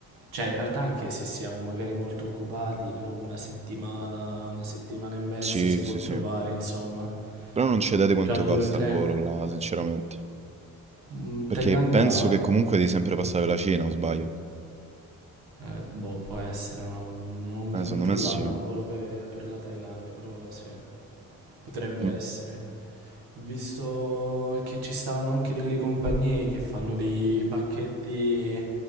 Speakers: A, on the right; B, on the right.
A: Cioè, in realtà anche se siamo magari molto occupati, però una settimana, una settimana e mezza
B: Sì,
A: si può
B: sì, sì.
A: trovare, insomma.
B: Però non cedete quanto
A: Già due,
B: costa
A: tre.
B: il volo là, sinceramente.
A: Mm,
B: Perché
A: Thailandia,
B: penso che comunque devi sempre passare per la Cina, o sbaglio?
A: eh, boh, può essere, ma non ho mai
B: Eh, secondo
A: controllato
B: me sì.
A: un volo per, per la Thailandia, però sì. potrebbe
B: Mm.
A: essere. Ho visto che ci stavano anche delle compagnie che fanno dei pacchetti,